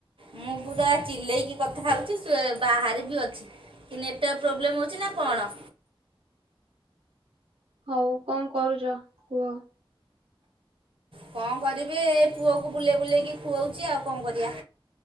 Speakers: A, on the right; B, on the right.
A: ମୁଁ ପୁୁରା ଚିଲେଇକି କଥା ହଉଚି। ସି ବାହାରେ ବି ଅଛି। କି ନେଟୱାର୍କ ପ୍ରୋବ୍ଲେମ୍ ହଉଚି ନା କଣ?
B: ହଉ କଣ କରୁଚ କୁହ?
A: କଣ କରିବି ଏଇ ପୁଅକୁ ବୁଲେଇ ବୁଲେଇକି ଖୁଅଉଚି ଆଉ କଣ କରିବା?